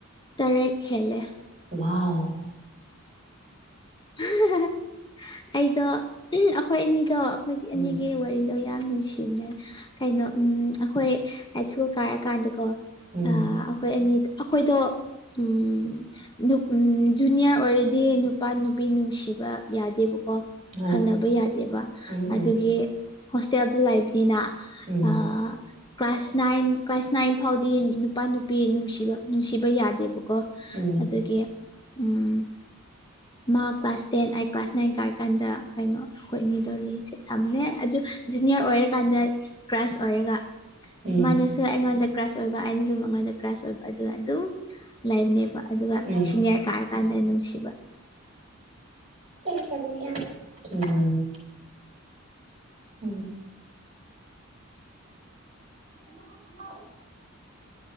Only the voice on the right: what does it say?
ꯋꯥꯎ
ꯎꯝ
ꯎꯝ
ꯍꯣꯏ
ꯎꯝ
ꯎꯝ
ꯎꯝ
ꯎꯝ
ꯎꯝ
ꯎꯝ
<unintelligible> ꯎꯝ ꯎꯝ <inaudible>